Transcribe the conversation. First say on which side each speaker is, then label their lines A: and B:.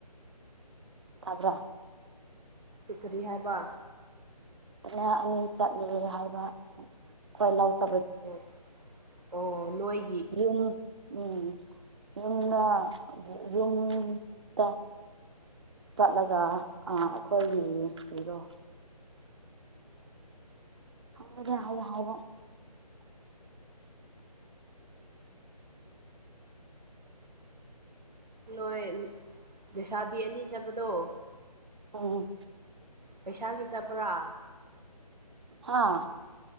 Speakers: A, on the right; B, on the right.
A: ꯇꯕ꯭ꯔ
B: ꯄꯤꯈꯔꯤ ꯍꯥꯏꯕ
A: ꯀꯅ ꯑꯅꯤ ꯆꯠꯂꯦ ꯍꯥꯏꯕ ꯈ꯭ꯣꯏꯂꯥꯎ ꯖꯕ
B: ꯑꯣ ꯑꯣ ꯅꯣꯏ
A: ꯌꯨꯝ ꯎꯝ ꯌꯨꯝꯅ ꯌꯨꯝꯗ ꯆꯠꯂꯒ ꯑꯩꯈꯣꯏꯒꯤ ꯀꯔꯤꯔꫭ ꯍꯗ ꯍꯥꯏ ꯍꯥꯏꯕ
B: ꯅꯣꯏ ꯂꯩꯁꯥꯕꯤ ꯑꯅꯤ ꯆꯕꯗꯣ
A: ꯑꯣ
B: ꯄꯩꯁꯥꯒꯤ ꯆꯠꯄ꯭ꯔꯥ
A: ꯍꯥꯥ